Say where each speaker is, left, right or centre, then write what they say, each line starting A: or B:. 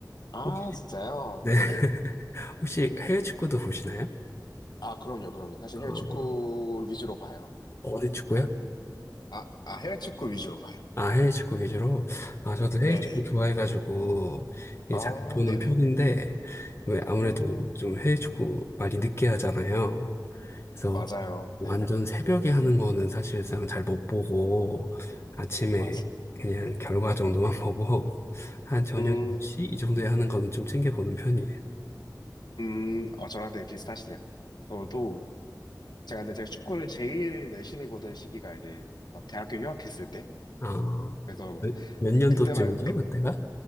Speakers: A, on the left (about 70°); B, on the left (about 35°).
A: 아,
B: 혹시,
A: 진짜요?
B: 네.
A: 네네.
B: <laughs> 혹시 해외 축구도 보시나요?
A: 아, 그럼요, 그럼요. 사실
B: 어,
A: 해외 축구 위주로 봐요.
B: 어디 축구요?
A: 아, 아, 해외 축구 위주로 봐요.
B: 아, 해외 축구 위주로? 아, 저도
A: 네네.
B: 해외 축구 좋아해가지고, 이게
A: 아,
B: 잘 보는
A: 네네.
B: 편인데, 왜 아무래도
A: 음,
B: 좀 해외 축구 많이 늦게 하잖아요. 그래서
A: 맞아요.
B: 완전
A: 네,
B: 새벽에 하는 거는 사실상 잘 못 보고 아침에
A: 맞아.
B: 그냥 결과 정도만 <laughs> 보고 한 저녁
A: 음,
B: 10시 이 정도에 하는 거는 좀 챙겨보는 편이에요.
A: 음, 어, 저랑 되게 비슷하시네요. 저도, 제가 근데 제가 축구를 제일 열심히 보던 시기가 이제 막 대학교 휴학했을 때,
B: 어,
A: 그래서 막
B: 몇, 몇 년도쯤이죠,
A: 그때만 그
B: 그때가?